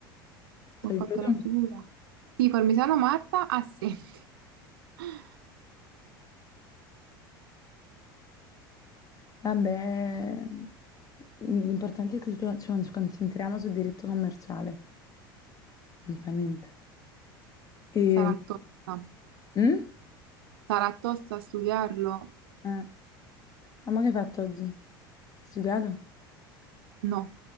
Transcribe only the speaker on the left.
Stai
pure
tu.
Vabbè, l'importante è che ci con- ci concentriamo sul diritto commerciale. Non fa niente. E...
mm?
Eh, Ma che hai fatto oggi? Hai studiato?